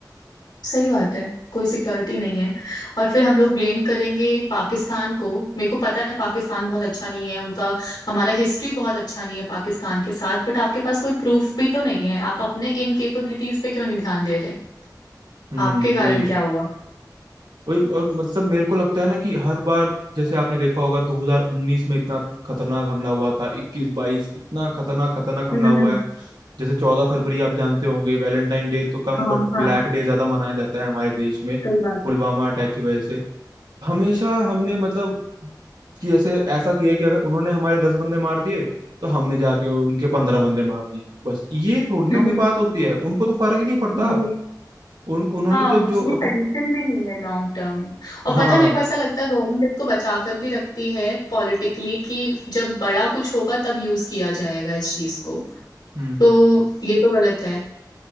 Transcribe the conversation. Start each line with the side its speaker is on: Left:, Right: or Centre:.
Left: सही बात है कोई सिक्योरिटी नहीं है और फिर हम लोग ब्लेम करेंगे पाकिस्तान को मेरे को पता है पाकिस्तान बहुत अच्छा नहीं है उनका हमारा हिस्ट्री बहुत अच्छा नहीं है पाकिस्तान के साथ बट आपके पास कोई प्रूफ भी तो नहीं है आप अपने इनकेपेबिलिटीज पे क्यों नहीं ध्यान दे रहे
Right: हम्म
Left: आपके कारण
Right: वही
Left: क्या हुआ
Right: वही और मतलब मेरे को लगता है ना कि हर बार जैसे आपने देखा होगा 2019 में इतना खतरनाक हमला हुआ था 21 22 इतना खतरनाक खतरनाक हमला
Left: हम्म
Right: हुआ
Left: हम्म,
Right: है जैसे 14 फरवरी आप जानते होंगे वैलेंटाइन डे तो कम
Left: हाँ
Right: बट
Left: हाँ
Right: ब्लैक डे ज्यादा मनाया जाता है हमारे देश में
Left: सही बात
Right: पुलवामा
Left: है
Right: अटैक की वजह से हमेशा हमने मतलब कि ऐसे ऐसा किया कि अगर उन्होंने हमारे दस बंदे मार दिए तो हमने जाके उनके पंद्रह बंदे मार दिए बस ये थोड़ी
Left: हम्म
Right: ना कोई बात होती है उनको तो फर्क ही नहीं पड़ता
Left: जी
Right: उन उन्होंने
Left: हाँ
Right: तो
Left: उनकी
Right: जो अपन
Left: सोल्यूशन भी नहीं है लॉन्ग टर्म और
Right: हाँ
Left: पता है, मेरे को ऐसा लगता है गवर्नमेंट इसको बचा कर भी रखती है पॉलिटिकली कि जब बड़ा कुछ होगा तब यूज किया जाएगा इस चीज को
Right: हम्म
Left: तो ये तो गलत है